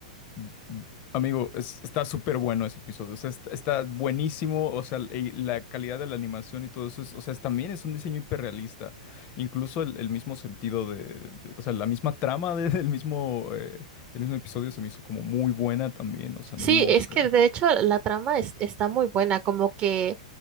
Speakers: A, on the left; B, on the right.
A: "Mm, amigo, es- está súper bueno ese episodio, o sea, está, está buenísimo, o sea, y la calidad de la animación y todo eso, es- o sea, es- también es un diseño hiperrealista, incluso el, el mismo sentido de, de- o sea, la misma trama de- del mismo, eh, del mismo episodio se me hizo como muy buena también, o sea,
B: Sí,
A: no
B: es
A: sé,
B: que de hecho la trama es- está muy buena, como que